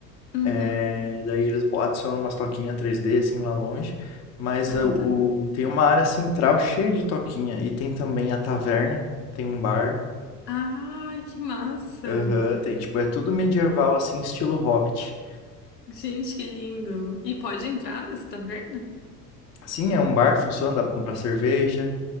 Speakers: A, on the left; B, on the left.
A: Uhum.
B: É, daí eles bo- adicionam umas toquinhas 3D assim lá longe, mas
A: Ah,
B: é, o
A: tá.
B: tem uma área central cheia de toquinha e tem também a taverna, tem um bar.
A: Ai, que massa.
B: Aham, tem, tipo, é tudo medieval assim, estilo Hobbit.
A: Gente, que lindo! E pode entrar nessa taverna?
B: Sim, é um bar, funciona, dá pra comprar cerveja,